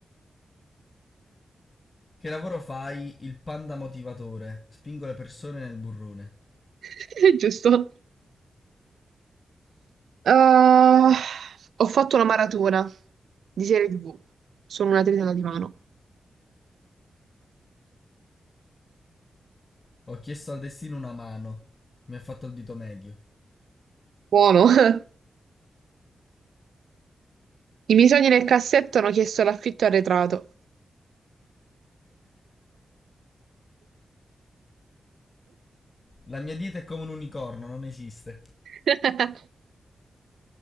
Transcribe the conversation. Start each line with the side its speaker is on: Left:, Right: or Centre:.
Left: Che lavoro fai? Il panda motivatore. Spingo le persone nel burrone.
Right: <laughs> Giusto. Eh, ho fatto una maratona di serie TV. Sono una tritata di mano.
Left: Ho chiesto al destino una mano. Mi ha fatto il dito medio.
Right: Buono. I miei sogni nel cassetto hanno chiesto l'affitto arretrato.
Left: La mia dieta è come un unicorno, non esiste.
Right: <laughs>